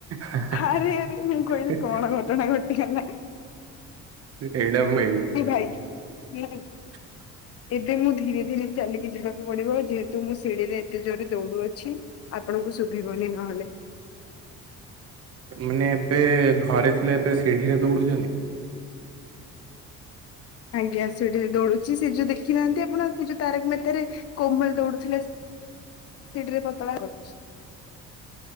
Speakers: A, on the right; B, on the left.
A: ହାଁ ହାଁ
B: ଆରେ ଆରେ ମୁଁ କହିଲି
A: ହାଁ।
B: କଣ ଘଟଣା ଘଟିଗଲା।
A: ଏଇଟା ମୁଁ ଏ
B: ଏ ଭାଇ ହୁଁ।
A: ହ
B: ଏବେ ମୁଁ ଧୀରେ ଧୀରେ ଚାଲିକି ଯିବାକୁ ପଡିବ ଯେହେତୁ ମୁଁ ଶିଡିରେ ଏତେ ଜୋରେ ଦୌଡୁ ଅଛି। ଆପଣଙ୍କୁ ଶୁଭିବନି ନହେଲେ।
A: ମାନେ ଏବେ ଘରେ ଥିଲେ ଏବେ ସିଢିରେ ଦୌଡୁଚନ୍ତି।
B: ଆଜ୍ଞା ସିଢି ରେ ଦୌଡୁଚି ସେଇ ଯୋଉ ଦେଖିନାହାନ୍ତି ଆପଣ କୁ ଯୋଉ ତାରକମେହେତା ରେ କୋମଲ ଦୌଡୁଥିଲା ସିଢି ରେ ପତଳା କରୁଛି।